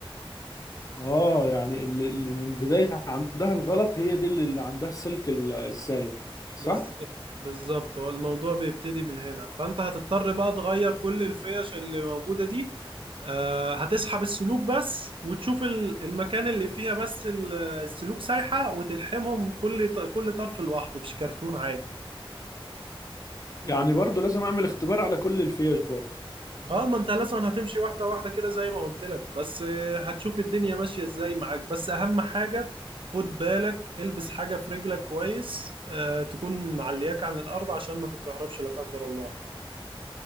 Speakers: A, on the left (about 35°); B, on the right (about 60°).
A: اه يعني اللي اللي من بداية عندها الغلط هي دي اللي عندها السلك ال- السايح صح؟
B: بالظبط بالظبط هو الموضوع بيبتدي من هنا فانت هتضطر بقى تغير كل الفيش اللي موجوده دي آه، هتسحب السلوك بس وتشوف ال- المكان اللي فيها بس ال- السلوك سايحه وتلحمهم كل ط- كل طرف لوحده بشكرتون عادي
A: يعني برضو لازم اعمل اختبار على كل الفيش برضو
B: اه ما انت لازم هتمشي واحده واحده كده زي ما قلت لك بس آه، هتشوف الدنيا ماشيه ازاي معاك بس اهم حاجه خد بالك البس حاجه في رجلك كويس آه تكون معلياك عن الارض عشان ما تتكهربش لا قدر الله